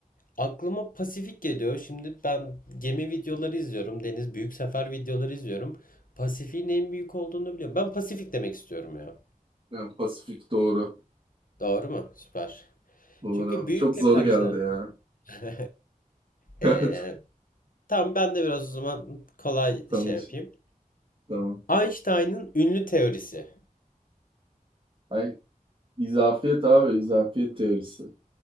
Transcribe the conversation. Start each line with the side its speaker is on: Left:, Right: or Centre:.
Left: aklıma Pasifik geliyor. Şimdi ben gemi videoları izliyorum. Deniz büyük sefer videoları izliyorum. Pasifik'in en büyük olduğunu biliyorum. Ben Pasifik demek istiyorum ya.
Right: Yani Pasifik doğru.
Left: Doğru mu? Süper.
Right: Doğru
Left: Çünkü
Right: abi.
Left: büyükle
Right: Çok zor
Left: karışlar.
Right: geldi ya.
Left: <laughs>
Right: <laughs>
Left: Ee, tamam ben de biraz o zaman kolay
Right: Tamam.
Left: şey yapayım.
Right: Tamam.
Left: Einstein'ın ünlü teorisi.
Right: Ay, izafiyet abi. izafiyet teorisi.